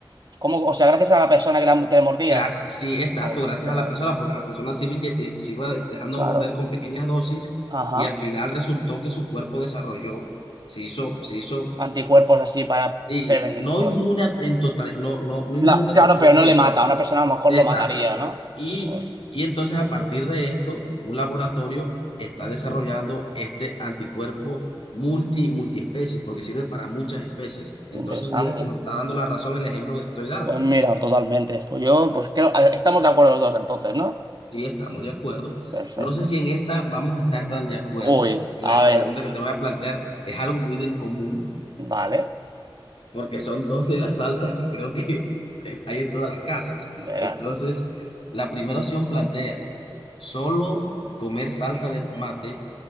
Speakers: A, on the right; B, on the left.
A: ¿Cómo? O sea, gracias a la persona que, la- que le mordía.
B: Gracias, sí, exacto,
A: Ostras,
B: gracias a la persona, porque la persona se iba, inye- eh, se iba dejando
A: claro.
B: morder con pequeñas dosis
A: Ajá.
B: y al final resultó que su cuerpo desarrolló, se hizo, se hizo,
A: Anticuerpos así para
B: sí,
A: prevenir.
B: no
A: Host-
B: inmune a- en total, no, no, no inmune
A: La- claro,
B: totalmente,
A: pero no le mata. A una persona a lo mejor
B: exacto.
A: lo mataría, ¿no?
B: Y,
A: Pues,
B: y entonces a partir de esto, un laboratorio está desarrollando este anticuerpo multi, multiespecies, porque sirve para muchas especies. Entonces
A: qué interesante.
B: mira que nos está dando la razón el ejemplo que te estoy dando.
A: Pues mira, totalmente. Pues yo, pues creo. a- Estamos de acuerdo los dos entonces, ¿no?
B: Sí, estamos de acuerdo.
A: Perfecto.
B: No sé si en esta vamos a estar tan de acuerdo.
A: Uy,
B: La
A: a ver.
B: pregunta que te voy a plantear es algo muy del común,
A: Vale.
B: porque son dos de las salsas que creo que <laughs> hay en todas las casas.
A: Verás.
B: Entonces, la primera opción plantea, ¿solo comer salsa de tomate